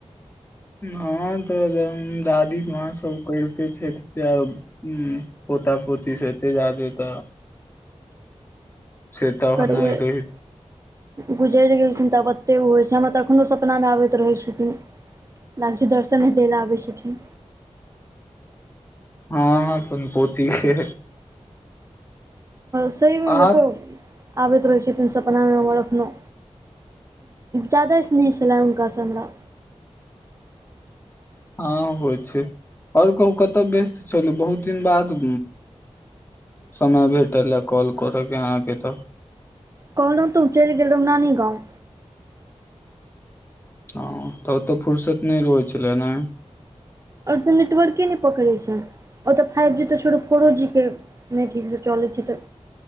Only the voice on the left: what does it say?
आहां तऽ दादी माँ सब करिते छै प्यार ह पोता पोति से अते जादे तऽ से तऽ
होनाइ
रहै
हँ अपन पोती के
अहाँ
हँ होइ छै आओर कहू कतहु व्यस्त छलू बहुत दिन बाद समय भेटल ह कॉल करऽके अहाँके तऽ
ह तऽ ओतअ फुरसत नइ रहै छलै न